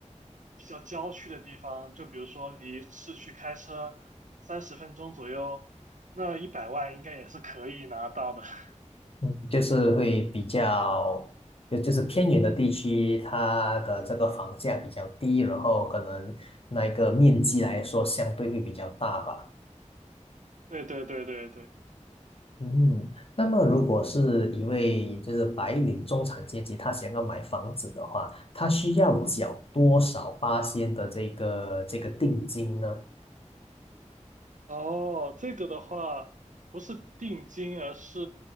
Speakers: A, on the right; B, on the left.
A: 比较郊区的地方，就比如说离市区开车三十分钟左右，那一百万应该也是可以拿到的。<laughs>
B: 嗯就是会比较，就就是偏远的地区，它的这个房价比较低，然后可能那个面积来说相对会比较大吧。
A: 对对对对对。
B: 嗯，那么如果是一位就是白领中产阶级，他想要买房子的话，他需要缴多少八仙的这个这个定金呢？
A: 哦，这个的话不是定金，而是